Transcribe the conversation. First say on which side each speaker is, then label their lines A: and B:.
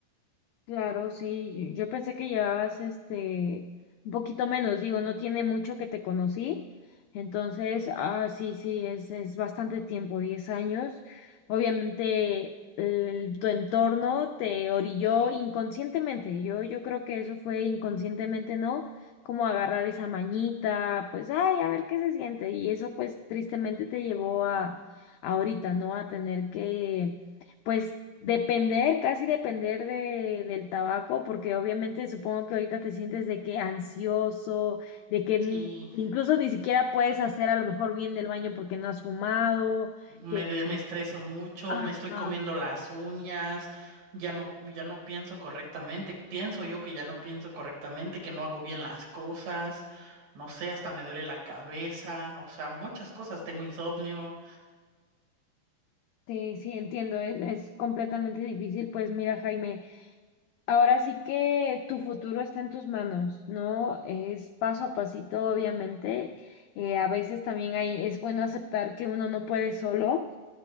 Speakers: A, on the left; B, on the right.
A: Claro, sí, yo yo pensé que llevabas este un poquito menos, digo, no tiene mucho que te conocí, entonces, ah, sí, sí, es, es bastante tiempo, 10 años. Obviamente, el- tu entorno te orilló inconscientemente, yo, yo creo que eso fue inconscientemente, ¿no? Como agarrar esa mañita, pues, ay, a ver qué se siente, y eso pues tristemente te llevó a, a ahorita, ¿no? A tener que pues depender, casi depender de, del tabaco, porque obviamente supongo que ahorita te sientes de que ansioso, de que n-
B: Sí,
A: incluso ni siquiera puedes hacer a lo mejor bien del baño porque no has fumado,
B: Me,
A: que...
B: de- me estreso mucho,
A: Ajá.
B: me estoy comiendo las uñas, ya no, ya no pienso correctamente, pienso yo que ya no pienso correctamente, que no hago bien las cosas, no sé, hasta me duele la cabeza, o sea, muchas cosas, tengo insomnio.
A: Sí, sí, entiendo, es, es completamente difícil. Pues mira, Jaime, ahora sí que tu futuro está en tus manos, ¿no? Es paso a pasito, obviamente. Eh, a veces también hay, es bueno aceptar que uno no puede solo